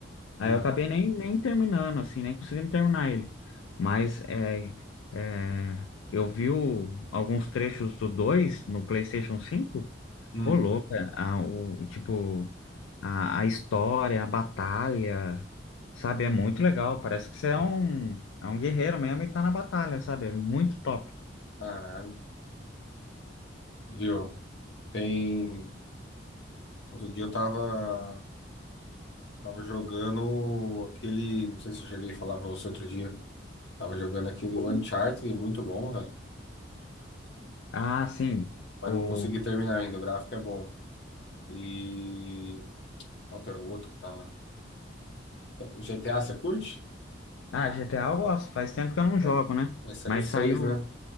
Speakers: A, on the left; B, on the left.
A: Aí
B: Hum.
A: eu acabei nem, nem terminando, assim, nem consegui terminar ele. Mas é, é, eu vi o- alguns trechos do 2 no PlayStation 5
B: Hum,
A: Ô, louca, a, o, tipo, a, a história, a batalha, sabe? É muito legal. Parece que você é um, é um guerreiro mesmo e tá na batalha, sabe? É muito top.
B: caralho. Viu? Tem. Outro dia eu tava, tava jogando aquele. Não sei se eu cheguei a falar pra você outro dia. Tava jogando aquele Uncharted, é muito bom, velho.
A: Ah, sim.
B: Mas
A: O,
B: não consegui terminar ainda, o gráfico é bom. E. Qual que era o outro que tava? O GTA, você curte?
A: ah, GTA eu gosto. Faz tempo que eu não
B: Vai,
A: jogo, né?
B: vai sair
A: Mas
B: o 6,
A: saiu,
B: né?